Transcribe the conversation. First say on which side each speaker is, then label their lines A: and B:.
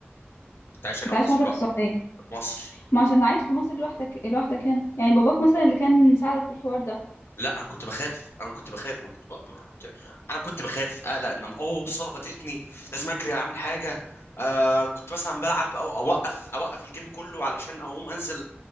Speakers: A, on the left; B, on the left.
A: كنت عايش
B: كنت
A: هنا في
B: عايش
A: مصر
B: لوحدك
A: لوحدي
B: في السعوديه
A: في مصر
B: ما عشان عايش في مصر لوحدك لوحدك هنا يعني باباك مثلا اللي كان مساعدك في الحوار ده
A: لا انا كنت بخاف انا كنت بخاف انا كنت ب... ب... كنت... انا كنت بخاف اقلق ان اوه الصاله فاتتني لازم اجري اعمل حاجه آه كنت مثلا بلعب او اوقف اوقف الجيم كله علشان اقوم انزل